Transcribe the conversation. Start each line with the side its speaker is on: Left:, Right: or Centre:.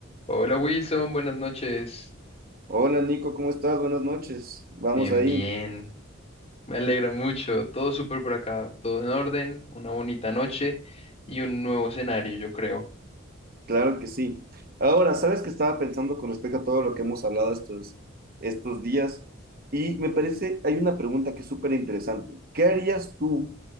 Left: Hola Wilson, buenas noches.
Right: Hola Nico, ¿cómo estás? Buenas noches. Vamos
Left: Bien,
Right: ahí,
Left: bien. Me alegra mucho. Todo súper por acá. Todo en orden. Una bonita noche y un nuevo escenario, yo creo.
Right: claro que sí. Ahora, ¿sabes qué estaba pensando con respecto a todo lo que hemos hablado estos, estos días? Y me parece, hay una pregunta que es súper interesante. ¿Qué harías tú?